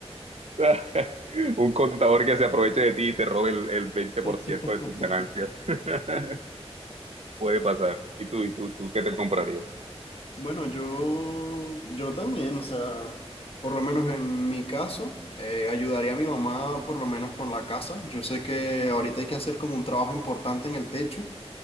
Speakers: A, on the right; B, on the left.
A: <laughs> un contador que se aproveche de ti y te robe el, el 20%
B: <laughs>
A: de tus ganancias <laughs> puede pasar. ¿Y tú, y tú, tú qué te comprarías?
B: Bueno, yo, yo también, o sea, por lo menos en mi caso, eh, ayudaría a mi mamá por lo menos con la casa. Yo sé que ahorita hay que hacer como un trabajo importante en el techo